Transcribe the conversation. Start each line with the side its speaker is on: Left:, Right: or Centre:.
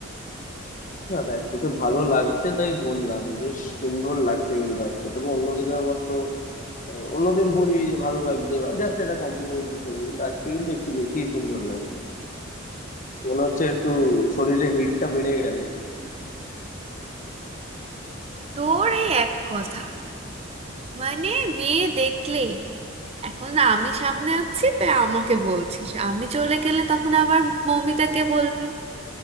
Left: না দেখ তোকে ভালো লাগছে তাই বললাম বেশ সুন্দর লাগছে কিন্তু আজকে তোকে অন্যদিনের মতো আহ, অন্যদিন বলি যে ভালো লাগছে জাস্ট একটা কমপ্লিমেন্ট হিসেবে কিন্তু আজকে কিন্তু একটু বেশি সুন্দর লাগছে মনে হচ্ছে একটু শরীরে হিটটা বেড়ে গেল
Right: তোর এই এক কথা মানে মেয়ে দেখলেই এখন আমি সামনে আছি তাই আমাকে বলছিস আমি চলে গেলে তখন আবার মৌমিতাকে বলবি